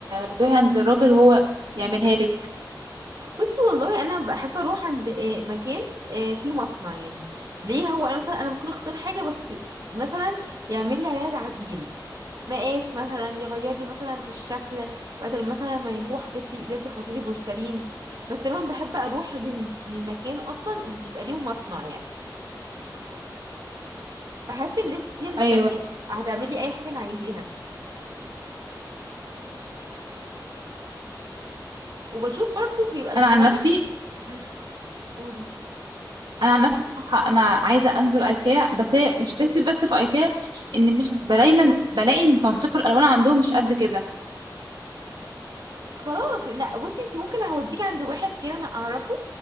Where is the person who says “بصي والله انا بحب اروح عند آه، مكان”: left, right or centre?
Right